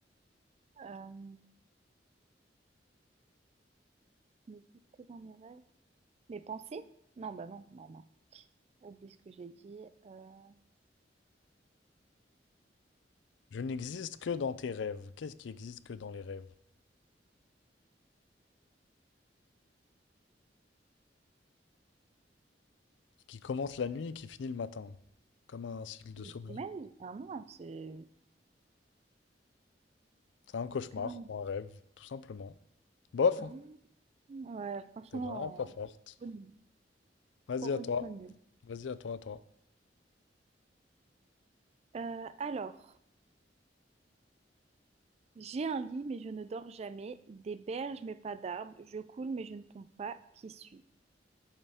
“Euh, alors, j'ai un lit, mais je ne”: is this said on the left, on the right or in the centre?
Right